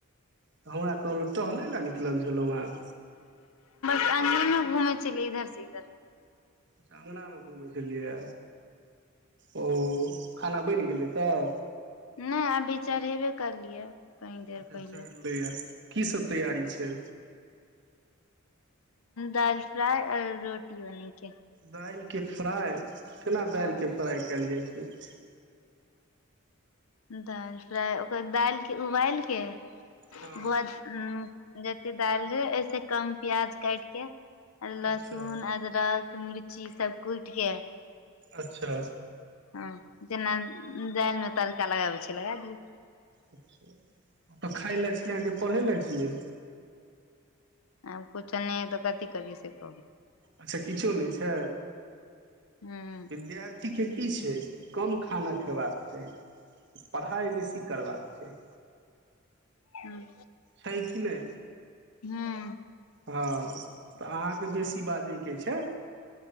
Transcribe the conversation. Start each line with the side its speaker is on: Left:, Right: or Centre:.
Right: तऽ हमरा कहलों टहलय लए निकलल छलहुँ हेँ
Left: अ ने घूमेै छलिय इधर से इधर
Right: च्छा अङ्गलामे घुमै छलियै ओ खाना बनि गेलै तब?
Left: नै, अभी चढ़ेबे करलियै। कनी देर
Right: अच्छा
Left: पहिले
Right: चढ़लैए। की सब तैयारी छै?
Left: दाल फ्राइ आओर रोटी बन के
Right: दालि के फ्राइ केना दालि
Left: हँ
Right: के फ्राई कयल जाइ छै ठीक छै।
Left: दालि फ्राइ ओकर दालिके उबालि के <unintelligible>
Right: हँ
Left: उम्म जते दालि रहै, ओहिसे कम प्याज काइट के आ लहसून,
Right: अच्छा
Left: अदरक मिर्ची सब कुइट के
Right: अच्छा
Left: अ जेना दालिमे तड़का लगाबै छिये, लगा दिऔ।
Right: अच्छा। एतऽ खाइ ले छी अहाँ कि पढ़ै ल छियै?
Left: आब कुछो नहि है तऽ कथी करीये से कहू।
Right: अच्छा किछो नहि छै?
Left: हूँ
Right: विद्यार्थीके की छै, कम खाना खयबाक चाही। पढ़ाइ बेसी करबाक चाही।
Left: ह्म।
Right: छै कि नै?
Left: हूँ
Right: हँ, तऽ अहाँके बेसी बाजैके छै।